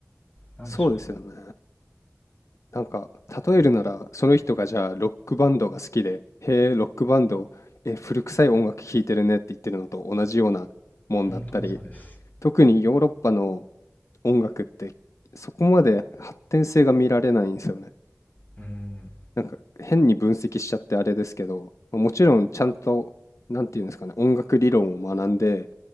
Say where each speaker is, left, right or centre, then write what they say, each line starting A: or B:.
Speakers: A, on the left; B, on the left.
A: なんでしょ
B: そうですよね。なんか、例えるなら、その人がじゃあ、ロックバンドが好きで、へえ、ロックバンド、え、古臭い音楽聴いてるねって言ってるのと同じようなもんだったり、
A: う。本当にそうです。
B: 特にヨーロッパの音楽って、そこまで発展性が見られないんですよね。
A: うん。
B: なんか、変に分析しちゃってあれですけど、まあもちろんちゃんと、なんていうんですかね、音楽理論を学んで、